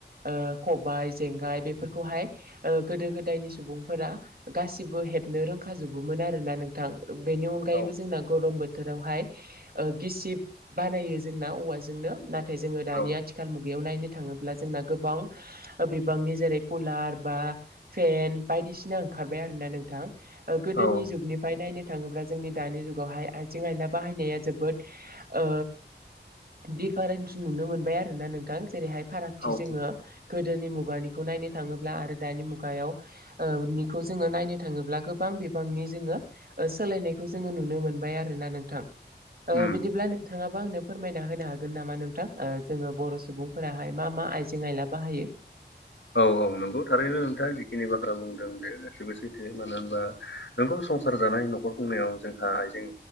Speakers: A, on the right; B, on the left.
A: ओ खबाइ जेंगाय बेफोरखौहाय ओ गोदो गोदायनि सुबुंफोरा गासिबो हेबनो रोंखाजोबोमोन आरोना नोंथां। बेनि अनगायैबो
B: औ
A: जोंना गरम बो थोरावहाय गिसिब बानायो जोंना औवाजोंनो नाथाय जोङो दानि
B: औ
A: आथिखालनि बेयाव नायनो थाङोब्ला जोंना गोबां बिबांनि जेरै कुलार बा फेन बायदिसिना ओंखारबाय आरोना नोंथां गोदोनि
B: औ
A: जुगनिफाय नायनो थाङोब्ला जोंनि दानि जुगावहाय आइजें आयला बाहायनाया जोबोद ओ दिफारेन्स नुनो मोनबाय आरो ना नोंथां जेरैहाय फारागथि
B: औ
A: जोङो गोदोनि मुगानिखौ नायनो थाङोब्ला आरो दानि मुगायाव ओ निखौ जोङो नायनो थाङोब्ला गोब गोबां बिबांनि जोङो सोलायनायखौ जोङो नुनो मोनबाय आरोना नोंथां।
B: उम
A: बिदिब्ला नोंथाङा आंनो फोरमायना होनो हागोन नामा नोंथां जोङो बर' सुबुंफोराहाय मा मा आइजें आयला बाहायो
B: औ औ नोंखौ थारैनो नोंथाङा जिखिनि बाथ्रा बुंदों बे गासिबो सैथो मानो होनबा नोंगौ संसार जानाय न'खर खुंनायाव जोंहा आइजें